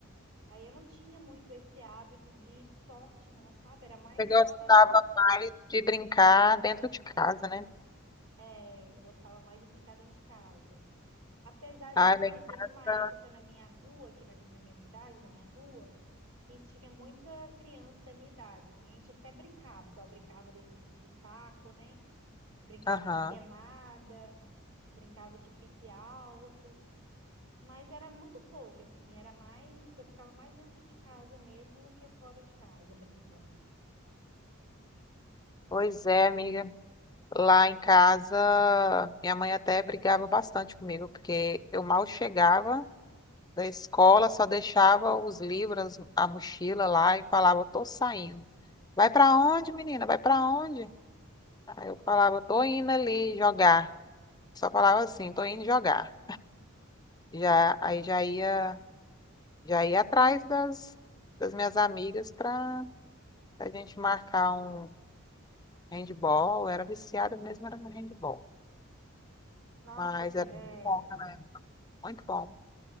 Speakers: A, on the right; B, on the left.
A: Aí eu não tinha muito esse hábito de esporte, não, sabe? Era mais
B: Eu gostava
A: só na.
B: mais de brincar dentro de casa, né?
A: eh, eu gostava mais de brincar dentro de casa. Apesar
B: Ah,
A: de que
B: lá em
A: teve
B: casa.
A: uma época na minha rua, aqui na na minha cidade, na minha rua, que tinha muita criança da minha idade, assim, a gente até brincava, igual brincava desse, do taco, né? Brincava
B: Aham.
A: de queimada, brincava de pique alto, mas era muito pouco, assim, era mais, eu ficava mais dentro de casa mesmo do que fora de casa brincando.
B: Pois é, amiga. Lá em casa, minha mãe até brigava bastante comigo, porque eu mal chegava da escola, só deixava os livros, a mochila lá e falava, tô saindo. Vai pra onde, menina? Vai pra onde? Aí eu falava, tô indo ali jogar. Só falava assim, tô indo jogar. Já, aí já ia, já ia atrás das, das minhas amigas pra a gente marcar um handball. Eu era viciada mesmo, era no handball.
A: Nossa,
B: Mas
A: que-
B: é
A: é
B: muito bom, né? Muito bom.